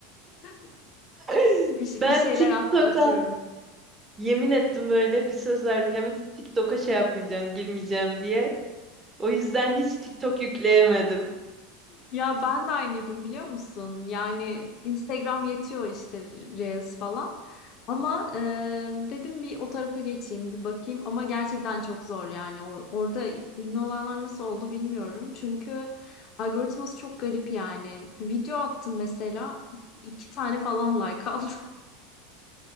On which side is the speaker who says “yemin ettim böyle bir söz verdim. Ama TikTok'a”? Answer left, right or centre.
Right